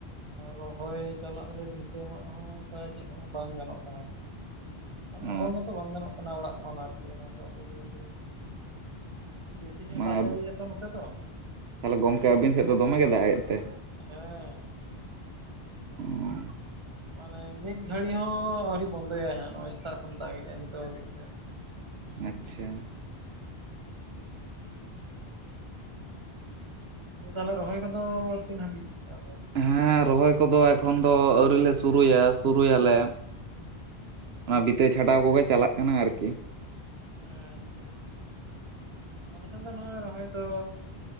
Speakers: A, on the right (about 25°); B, on the right (about 75°).
A: ᱨᱚᱦᱚᱭ ᱪᱟᱞᱟᱜ ᱨᱮ ᱵᱷᱤᱛᱟᱹ ᱢᱟᱜ ᱦᱚᱸ ᱱᱚᱜ-ᱚᱭ ᱚᱝᱠᱟᱭᱼᱼ ᱪᱮᱫ ᱦᱚᱸ ᱵᱟᱝ ᱜᱟᱱᱚᱜ ᱠᱟᱱᱟ ᱾
B: ᱚ
A: ᱚᱰᱚᱝ ᱜᱮᱛᱚ ᱵᱟᱝ ᱜᱟᱱᱚᱜ ᱠᱟᱱᱟ ᱚᱲᱟᱜ ᱠᱷᱚᱱ ᱟᱨᱠᱤ ᱚᱱᱟ ᱫᱟᱜ ᱡᱟᱹᱲᱤ ᱠᱷᱟᱹᱛᱤᱨ ᱾ ᱵᱮᱥᱤ ᱧᱚᱜ
B: ᱢᱟᱱᱮ
A: ᱮ ᱫᱟᱜ ᱡᱟᱹᱲᱤᱭᱟ ᱛᱚ ᱱᱚᱛᱮ ᱫᱚ ᱾
B: ᱛᱟᱦᱚᱞᱮ ᱜᱚᱢᱠᱮ ᱟᱤᱵᱤᱱ ᱥᱮᱫ ᱫᱚ ᱫᱚᱢᱮ ᱜᱮ ᱫᱟᱜ ᱮᱫ ᱛᱮ?
A: ᱦᱮᱸ
B: ᱱᱚᱣᱟ <inaudible>
A: ᱢᱟᱱᱮ ᱢᱤᱫ ᱜᱷᱟᱹᱲᱤ ᱦᱚᱸ ᱟᱹᱣᱨᱤ ᱵᱚᱱᱫᱚᱭᱟᱭ ᱦᱟᱸᱜ ᱱᱚᱜᱼᱚᱭ ᱥᱮᱛᱟᱜ ᱠᱷᱚᱱ ᱫᱟᱜ ᱮᱫᱟᱭ ᱱᱤᱛᱚᱜ ᱦᱟᱹᱵᱤᱡ ᱛᱮ ᱾
B: ᱟᱪᱪᱷᱟ
A: ᱛᱟᱦᱚᱞᱮ ᱨᱚᱦᱚᱭ ᱠᱚᱫᱚ ᱛᱤᱱ ᱦᱟᱹᱵᱤᱡ ᱠᱮᱫ ᱟᱯᱮ?
B: ᱦᱮᱸ ᱨᱚᱦᱚᱭ ᱠᱚᱫᱚ ᱮᱠᱷᱚᱱ ᱫᱚ ᱟᱣᱨᱤ ᱞᱮ ᱥᱩᱨᱩᱭᱟ, ᱥᱩᱨᱩᱭᱟᱞᱮ ᱾ ᱚᱱᱟ ᱵᱤᱛᱟᱹ ᱪᱷᱟᱰᱟᱣ ᱠᱚᱜᱮ ᱪᱟᱞᱟᱜ ᱠᱟᱱᱟ ᱟᱨᱠᱤ ᱾
A: ᱟᱪᱪᱷᱟ ᱟᱪᱪᱷᱟ ᱟᱪᱪᱷᱟ ᱾
B: <unintelligible>
A: ᱟᱞᱮ ᱥᱮᱫ ᱫᱚ ᱱᱚᱜᱼᱚᱭ ᱨᱚᱦᱚᱭ ᱫᱚ